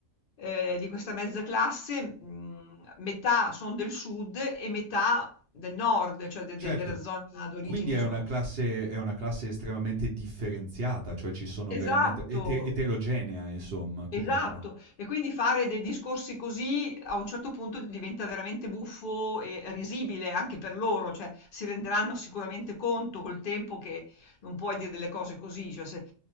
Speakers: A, on the left; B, on the right.
A: ehm, di questa mezza classe, mhmm, metà son del sud e metà del nord, cioè de
B: certo.
A: de della zona d'origine,
B: Quindi è
A: insomma
B: una classe è una classe estremamente differenziata, cioè ci sono
A: esatto.
B: veramente ete eterogenea insomma,
A: Esatto,
B: comunque.
A: e quindi fare dei discorsi così a un certo punto diventa veramente buffo e risibile anche per loro, cioè si renderanno sicuramente conto col tempo che non puoi dire delle cose così, cioè se,